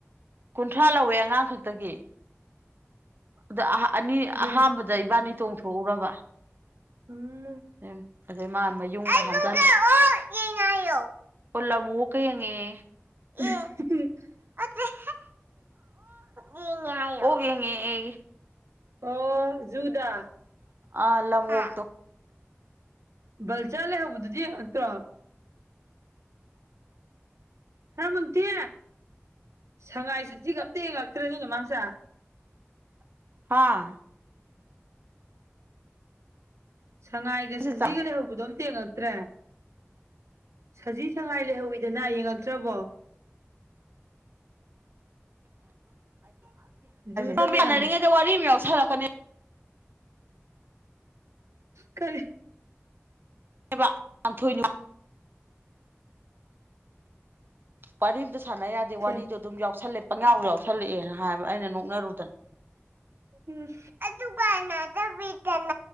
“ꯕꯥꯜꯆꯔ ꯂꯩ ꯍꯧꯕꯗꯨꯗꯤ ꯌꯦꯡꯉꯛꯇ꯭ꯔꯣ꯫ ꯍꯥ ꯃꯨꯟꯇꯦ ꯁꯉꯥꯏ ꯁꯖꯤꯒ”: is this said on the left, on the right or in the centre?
Right